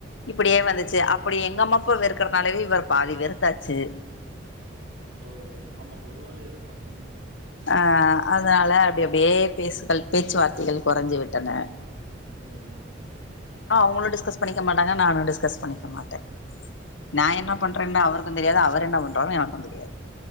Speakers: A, on the left; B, on the right.
A: இப்படியே வந்துச்சி அப்படி எங்க அம்மா அப்பாவ வெறுக்கறனாலவே இவர பாதி வெறுத்தாச்சு.
B: ஓ ஓ ஆமா பொதுவாவே இருக்கு ம்.
A: அ அதனால அப்டி அப்டியே பேசுகள் பேச்சுவார்த்தைகள் கொறைஞ்சு விட்டன.
B: ம்
A: <unintelligible> களு டிஸ்கஸ் பண்ணிக்க மாட்டாங்க நானு டிஸ்கஸ் பண்ணிக்க மாட்டே நா
B: ம்.
A: என்ன பண்றேன்டு அவருக்கு தெரியாது, அவர் என்ன பண்றாருன்னு எனக்கு தெரியாது.